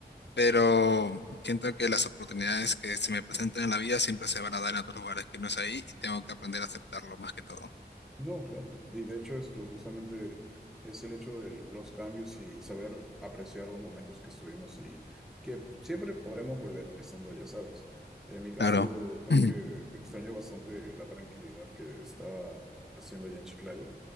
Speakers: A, on the left (about 80°); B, in the centre.
A: pero siento que las oportunidades que se me presentan en la vida siempre se van a dar en otros lugares que no es ahí y tengo que aprender a aceptarlo más que todo.
B: No, claro. Y de hecho esto justamente es el hecho de los cambios y saber apreciar los momentos que estuvimos y que siempre podremos volver estando allá, ¿sabes? En mi caso
A: Claro.
B: creo
A: <clears throat>
B: que extraño bastante la tranquilidad que está haciendo allá en Chiclayo.